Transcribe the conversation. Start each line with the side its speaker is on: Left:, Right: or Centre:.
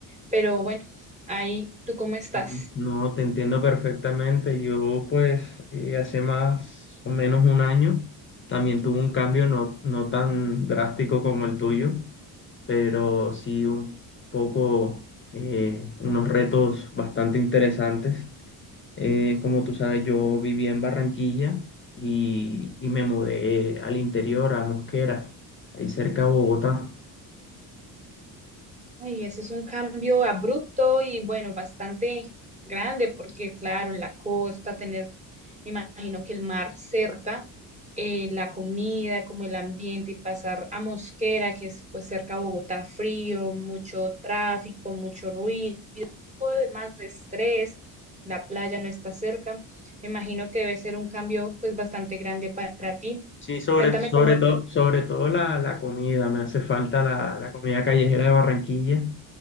Right: Pero bueno, ahí, ¿tú cómo estás?
Left: Ujú. No, te entiendo perfectamente. Yo, pues, eh, hace más o menos un año también tuve un cambio no, no tan drástico como el tuyo, pero sí un poco, eh, unos retos bastante interesantes. Eh, como tú sabes, yo vivía en Barranquilla y, y me mudé al interior, a Mosquera, ahí cerca de Bogotá.
Right: Ay, ese es un cambio abrupto y bueno, bastante grande porque claro, en la costa tener, me imagino que el mar cerca, eh, la comida, como el ambiente y pasar a Mosquera, que es pues cerca a Bogotá, frío, mucho tráfico, mucho ruido, un poco de, más de estrés, la playa no está cerca, me imagino que debe ser un cambio pues bastante grande para ti.
Left: Sí, sobre,
Right: Cuéntame
Left: sobre
Right: cómo
Left: todo, sobre todo la, la comida, me hace falta la, la comida callejera de Barranquilla.